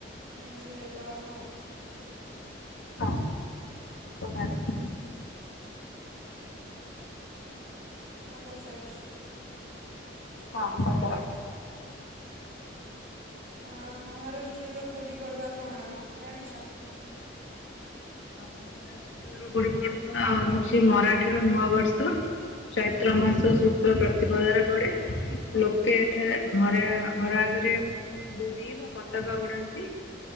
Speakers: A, on the right; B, on the left.
A: ଏମିତି ହୁଏ ପାଳନ ଆଉ
B: ହଁ ମୁଁ ଜାଣିଚି।
A: ମୁଁ ପଚାରୁଛି?
B: ହଁ ପଚାର।
A: ଆଁ ମହାରାଷ୍ଟ୍ରର ଗୁଡି ପଡୁଆ କଣ ଜାଣିଛ?
B: ମହାରାଷ୍ଟ୍ରର ଗୁଡ଼ି ପର୍ବ ହଉଛି ମରାଠୀର ନୂଆ ବର୍ଷ। ଚୈତ୍ର ମାସ ଶୁକ୍ଳ ପ୍ରତିପଦାରେ ପଡ଼େ। ଲୋକେ ଏଠାରେ ଘରେ ଘର ଆଗରେ ଗୁଡି ବା ପତାକା ଉଡାନ୍ତି।